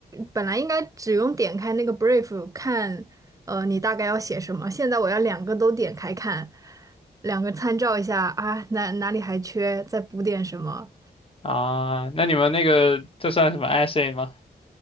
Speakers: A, on the right; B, on the left.
A: 本来应该只用点开那个 brief 看，呃，你大概要写什么，现在我要两个都点开看，两个参照一下啊，哪哪里还缺，再补点什么。
B: 啊，那你们那个这算什么 essay 吗？